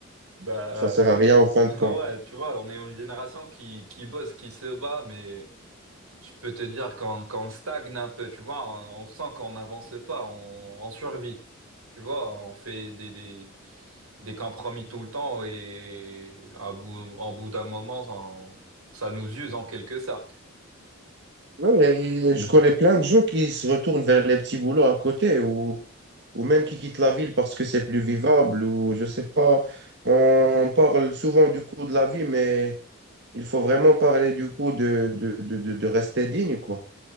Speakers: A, on the right; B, on the right.
A: Bah,
B: Ça sert
A: euh,
B: à rien en fin
A: <laughs> ouais,
B: de compte.
A: tu vois, on est une génération qui, qui bosse, qui se bat, mais je peux te dire qu'on qu'on stagne un peu, tu vois, on, on sent qu'on n'avance pas, on, on survit. Tu vois, on fait des, des, des compromis tout le temps et à bout, en bout d'un moment, on- ça nous use en quelque sorte.
B: Oui, mais je connais plein de gens qui se retournent vers les petits boulots à côté ou, ou même qui quittent la ville parce que c'est plus vivable ou je sais pas. On parle souvent du coût de la vie, mais il faut vraiment parler du coût de, de, de, de- de rester digne, quoi.